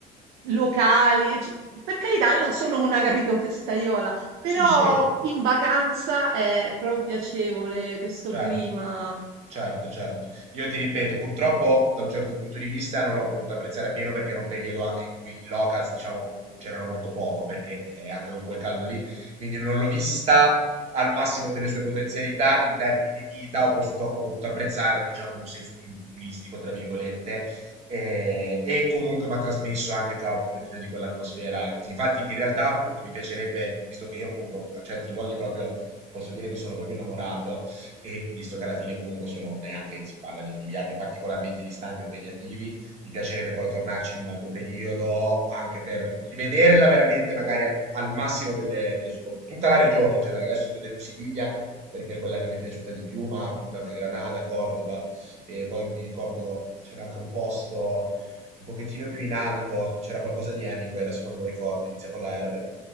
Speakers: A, on the right; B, on the right.
A: locali, cioè, per carità, io non sono una, capito, festaiola, però
B: sì, sì,
A: in vacanza è proprio piacevole questo
B: certo.
A: clima.
B: Certo, certo. Io ti ripeto, purtroppo da un certo punto di vista non l'ho potuto apprezzare pieno perché era un periodo anche in cui i locals, diciamo, c'erano molto poco perché eh, anche con quel caldo lì, quindi non l'ho vista al massimo delle sue potenzialità in termini di vita, ho possuto- ho potuto apprezzare, diciamo, in un senso più turistico, tra virgolette, eh, e comunque mi ha trasmesso anche già un pochettino di quell'atmosfera così. Infatti, in realtà, appunto, mi piacerebbe, visto che io appunto a certi luoghi proprio, ti posso dire, mi sono proprio innamorato e visto che alla fine comunque sono neanche si parla di, di viaggi particolarmente distanti o impegnativi, mi piacerebbe poi tornarci in un altro periodo anche per rivederla veramente magari al, al massimo delle, delle sue potenze. Tutta la regione in generale, adesso ti ho detto Siviglia perché è quella che mi è piaciuta di più, ma appunto anche Granada, Cordoba e poi mi ricordo c'era anche un posto un pochettino più in alto, c'era qualcosa di Hemingway, adesso non me lo ricordo, inizia con la R,